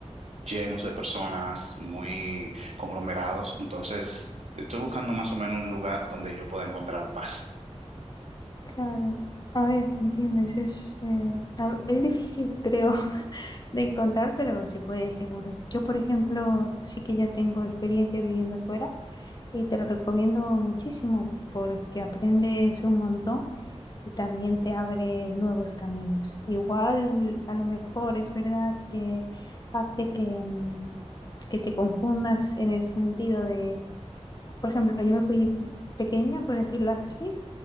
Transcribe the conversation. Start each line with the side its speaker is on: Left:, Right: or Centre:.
Right: llenos de personas, muy conglomerados. Entonces, estoy buscando más o menos un lugar donde yo pueda encontrar paz.
Left: claro. A ver, te entiendes, es, eh, a- es difícil, creo, <laughs> de encontrar, pero se puede seguro. Yo, por ejemplo, sí que ya tengo experiencia viviendo fuera Y te lo recomiendo muchísimo porque aprendes un montón y también te abre nuevos caminos. Igual, a lo mejor es verdad que hace que, mm, que te confundas en el sentido de, por ejemplo, yo me fui pequeña, por decirlo así,